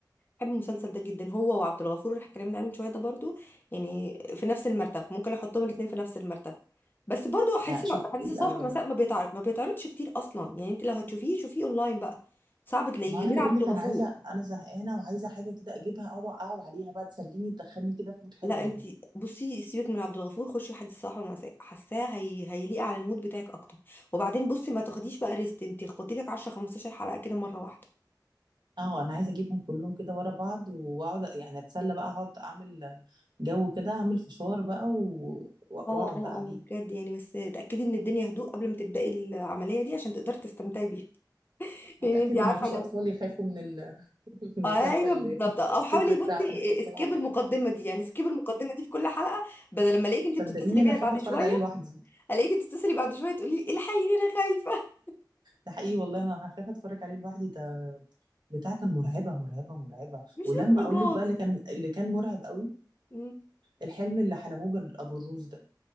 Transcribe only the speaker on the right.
لا شوف
ايه الاول
ما انا
بقول
لك
انا عايزه انا زهقانه وعايزه حاجه كده اجيبها اقعد اقعد عليها بقى تسليني تدخلني كده في مود حلو
يعني
اه انا عايزه اجيبهم كلهم كده ورا بعض واقعد يعني اتسلى بقى اقعد اعمل جو كده اعمل فشار بقى و- واقعد
بقى
عليه
هتاكد
ان مفيش
اطفال يخافوا من ال... <laughs> من المسلسل
اللي-
<laughs>
من التتر
بتاع
حديث الصباح
صدقيني انا
خايفه
اتفرج
عليه لوحدي
ده حقيقي والله انا هخاف اتفرج عليه لوحدي ده بتاع كان مرعبه مرعبه مرعبه
ولما
اقول لك بقى
اللي كان اللي كان مرعب قوي
الحلم اللي حلموه بال- ابو الروس ده